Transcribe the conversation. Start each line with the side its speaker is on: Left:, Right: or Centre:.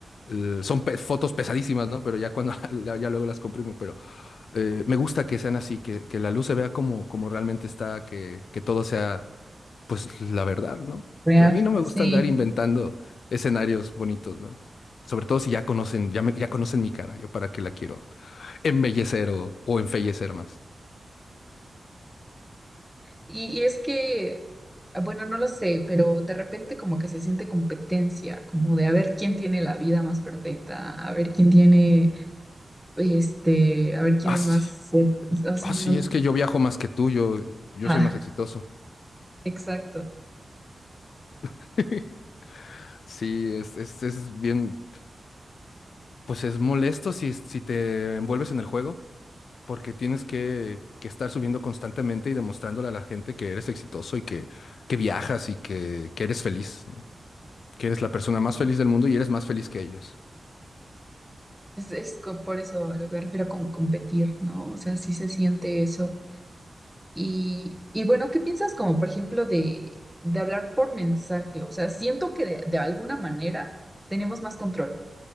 Left: eh, son pe- fotos pesadísimas, ¿no? Pero ya cuando <laughs> la- ya luego las comprimo, pero eh, me gusta que sean así, que, que la luz se vea como, como realmente está, que, que todo sea pues la verdad, ¿no?
Centre: Real,
Left: A mí no me
Centre: sí.
Left: gusta andar inventando escenarios bonitos, ¿no? Sobre todo si ya conocen, ya me- ya conocen mi cara, yo para qué la quiero Embellecer o, o enfallecer más.
Centre: Y, y es que, ah, bueno, no lo sé, pero de repente como que se siente competencia, como de a ver quién tiene la vida más perfecta, a ver quién tiene, este, a ver quién
Left: Ah,
Centre: es
Left: sí,
Centre: más, cer- o sea,
Left: ah, sí,
Centre: no,
Left: es que yo viajo más que tú, yo, yo
Centre: ah,
Left: soy más exitoso.
Centre: exacto.
Left: <laughs> Sí, es, es, es bien, pues es molesto si, si te envuelves en el juego, porque tienes que, que estar subiendo constantemente y demostrándole a la gente que eres exitoso y que, que viajas y que, que eres feliz, ¿no? Que eres la persona más feliz del mundo y eres más feliz que ellos.
Centre: Es, es co- por eso a lo que me refiero con competir, ¿no? O sea, sí se siente eso Y, y bueno, ¿qué piensas como, por ejemplo, de, de hablar por mensaje? O sea, siento que de, de alguna manera tenemos más control,